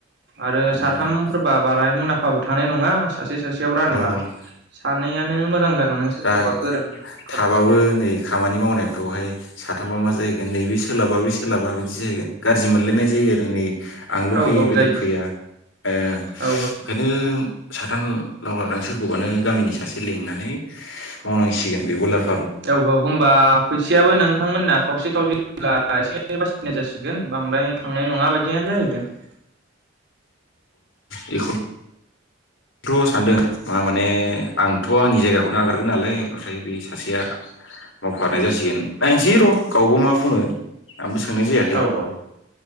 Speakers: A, on the right; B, on the left.
A: आरो
B: उम
A: साथामफोरबा बाराय मलामफाबो थानायांनाय नङा <unintelligible> रानबा
B: औ
A: सानैयानो मोजां जागोन नों सोरखौबा
B: दा
A: गोरोंफोर
B: थाबाबो
A: लाफैनाया
B: नै खामानि मावनायफ्रावहाय साथामा मा जाहैगोन नैबे सोलाबा बे सोलाबा बिदि बिदि जाहैगोन गाज्रि मोनलायनाय जायो आरो नै आंल'
A: औ
B: फैयो
A: औ
B: बेलेग
A: जायो
B: फैया ओ
A: औ
B: बेखायनो साथाम लाव लादां सोरखौबानो गामिनि सासे लेंनानै मावनांसिगोन बे ब्रयलार
A: औ औ होमबा फैसायाबो नोंथांमोनना खावसे खावसेब्ला एसे बासिनाय जासिगोन बांद्राय थांनाय नङा बायदियानो जाहैगोन। <inaudible>
B: बेखौ थ' सानदों मा माने आंथ' आंनि जायगाखौनो नागारगोन नालाय ओमफ्राय बे सासेया मावफानाय जासिगोन नायसै र' गावबो मा बुङो। आंबो सोंनाय जायाखै
A: औ औ